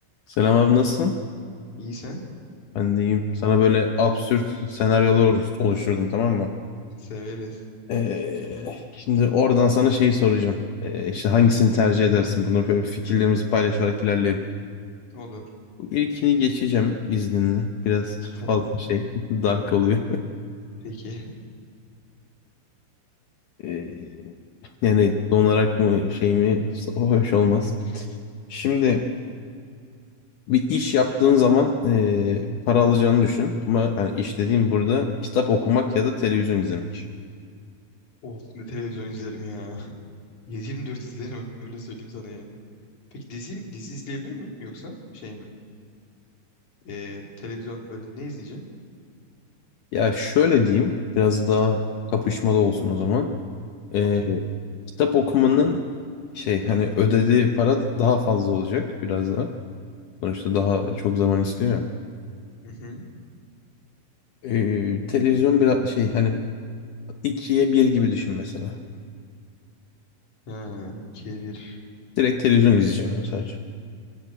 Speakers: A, on the left (about 80°); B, on the left (about 45°).
A: Selam abi nasılsın?
B: İyiyse
A: Ben de iyiyim. Sana böyle absürt senaryolar oluş- oluşturdum tamam mı?
B: severiz.
A: Ee, şimdi oradan sana şeyi soracağım. Ee, işte hangisini tercih edersin? Bunu böyle fikirlerimizi paylaşarak ilerleyelim.
B: Olur.
A: Bu ilkini geçeceğim izninle. Biraz
B: Tamam.
A: fazla şey <laughs> dark oluyor. <laughs>
B: Peki. <laughs>
A: Ee, yani donarak mı şey mi o hoş olmaz. Şimdi bir iş yaptığın zaman ee, para alacağını düşün. Ama hani iş dediğim burada kitap okumak ya da televizyon izlemek.
B: Of ne televizyon izlerim ya. <laughs> 7 dört izlerim öyle söyleyeyim sana yani. Peki dizi, dizi izleyebiliyor muyum yoksa şey mi? Ee, televizyon böyle ne izleyeceğim?
A: Ya şöyle diyeyim, biraz daha kapışmalı olsun o zaman. Ee,
B: Okey.
A: kitap okumanın şey hani ödediği para daha fazla olacak biraz da. Sonuçta daha çok zaman istiyor ya.
B: Hı hı.
A: Ee, televizyon biraz şey hani ikiye bir gibi düşün mesela.
B: Ha, ikiye bir.
A: Direkt televizyon izleyeceğim ama sadece.